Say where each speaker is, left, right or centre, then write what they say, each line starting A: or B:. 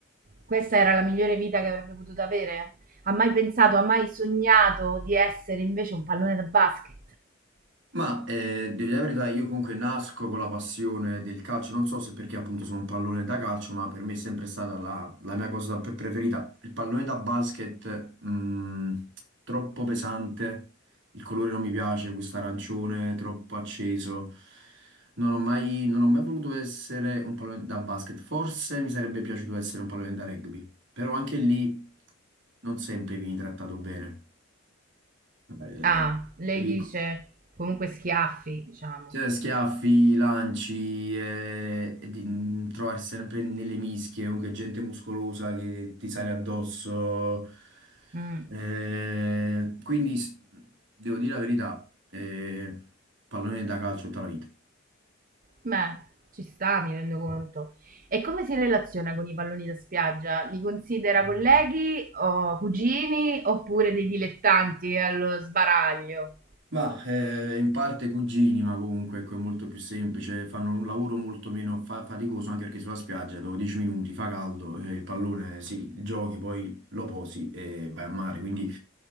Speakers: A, on the right; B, on the right.
A: questa era la migliore vita che avrebbe potuto avere? Ha mai pensato, ha mai sognato di essere invece un pallone da basket?
B: Ma eh, devo dire la verità, io comunque nasco con la passione del calcio, non so se perché appunto sono un pallone da calcio, ma per me è sempre stata la, la mia cosa pre- preferita. Il pallone da basket, mh, troppo pesante, il colore non mi piace, questo arancione troppo acceso. Non ho mai, non ho mai voluto essere un pallone da basket, forse mi sarebbe piaciuto essere un pallone da rugby, però anche lì non sempre vieni trattato bene. Eh,
A: Ah, lei
B: lì
A: dice comunque schiaffi, diciamo.
B: Sì, Schiaffi, lanci e, e di mm, trovarsi sempre nelle mischie, comunque gente muscolosa che ti sale addosso.
A: Mm.
B: Eh, quindi s- devo dire la verità, eh, pallone da calcio tutta la vita.
A: Beh, ci sta, mi rendo conto. E come si relaziona con i palloni da spiaggia? Li considera colleghi o cugini oppure dei dilettanti allo sbaraglio?
B: Ma eh, in parte cugini, ma comunque ecco, è molto più semplice, fanno un lavoro molto meno fa- faticoso anche perché sulla spiaggia dopo 10 minuti fa caldo, eh, il pallone sì, giochi, poi lo posi e vai a mare, quindi